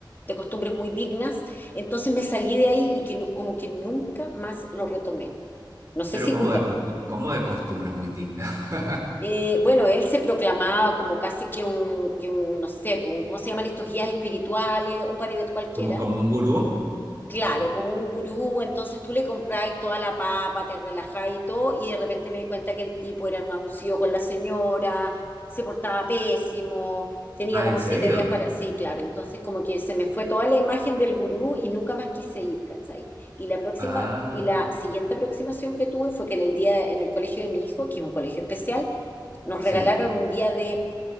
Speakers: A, on the left; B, on the right.
A: de costumbres muy dignas. Entonces me salí de ahí y que, no- como que nunca más lo retomé. No sé
B: Pero
A: si
B: como
A: tú, ca-
B: de costu- como de costumbre muy digna. <laughs>
A: eh, bueno, él se proclamaba como casi que un, que un, no sé, pues, un- ¿cómo se llaman estos guías espirituales? Un paribet cualquiera.
B: Como, como un gurú.
A: Claro, como un gurú, entonces tú le compráis toda la papa, te relajáis y todo, y de repente me di cuenta que el tipo era un abusivo con la señora, se portaba pésimo, tenía
B: Ah,
A: como
B: ¿en serio?
A: siete días para... Sí, claro, entonces como que se me fue toda la imagen del gurú y nunca más quise ir, ¿cachai? Y la próxima,
B: Ah,
A: y la siguiente aproximación que tuve fue que en el día, en el colegio de mi hijo, que es un colegio especial, nos
B: sí,
A: regalaron un día de